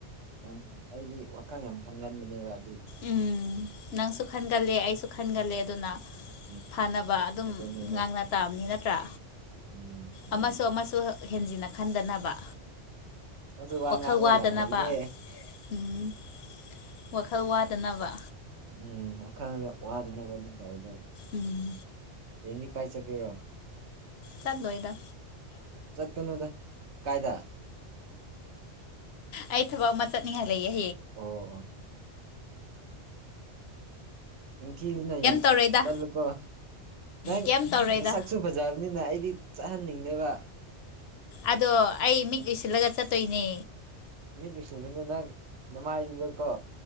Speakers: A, on the right (about 75°); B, on the left (about 65°).
A: ꯎꯝ ꯑꯩꯗꯤ ꯋꯥꯈꯜ ꯌꯥꯝ ꯈꯟꯒꯟꯕꯅꯦꯕ ꯑꯗꯨ
B: ꯎꯝ ꯅꯅꯥꯪꯁꯨ ꯈꯥꯟꯒꯂꯦ ꯑꯁꯨ ꯈꯟꯒꯜꯂꯦ ꯑꯗꯨꯅ
A: ꯎꯝ
B: ꯐꯥꯅꯕ ꯑꯗꯨꯝ
A: ꯑꯗꯨꯅꯦꯕ
B: ꯉꯥꯡꯅ ꯇꯥꯕꯅꯤ ꯅꯠꯇ꯭ꯔꯥ
A: ꯎꯝ ꯑꯗꯨꯅꯤ
B: ꯑꯃꯁꯨ ꯑꯃꯁꯨ ꯍꯦꯟꯖꯤꯟꯅ ꯈꯟꯗꯅꯕ
A: ꯑꯗꯨꯁꯨ ꯋꯥ
B: ꯋꯥꯈꯜ
A: ꯉꯥꯡꯕ
B: ꯋꯥꯗꯅꯕ
A: ꯌꯥꯝ ꯍꯩꯍꯦ
B: ꯎꯝ ꯋꯥꯈꯜ ꯋꯥꯗꯅꯕ
A: ꯎꯝ ꯋꯥꯈꯪꯗ ꯋꯥꯗꯅꯕ ꯑꯗꯨꯝ ꯍꯥꯎꯗ
B: ꯎꯝ
A: ꯌꯦꯒꯤꯤ ꯀꯥꯏ ꯆ ꯀꯦꯔ
B: ꯆ ꯂꯣꯏꯗ
A: ꯆꯠ ꯀꯩꯅꯗ ꯀꯥꯏꯗ
B: ꯑꯩ ꯊꯕꯛ ꯑꯃ ꯆꯠꯅꯤꯡꯉꯥꯏ ꯂꯩ ꯍ
A: ꯑꯣ ꯑꯣ ꯏ ꯊꯤꯅ ꯌꯥꯝ ꯆ
B: ꯇꯧꯔꯣꯏꯗ
A: ꯇꯂꯨꯀꯣ ꯅꯪ
B: ꯀꯩꯝ ꯇꯧꯔꯣꯏꯗ
A: ꯅꯁꯛꯁꯨ ꯐꯖꯕꯅꯤꯅ ꯑꯩꯗꯤ ꯆꯠꯍꯟꯅꯤꯡꯗꯦꯕ
B: ꯑꯗꯣ ꯑꯩ ꯃꯤꯠ ꯎꯁꯤꯜꯂꯒ ꯆꯠꯇꯣꯏꯅꯦ
A: ꯃꯤꯠ ꯂꯤꯁꯤꯡꯗꯨꯅ ꯅꯪ ꯅꯨꯡꯉꯥꯏꯗꯨꯗꯀꯣ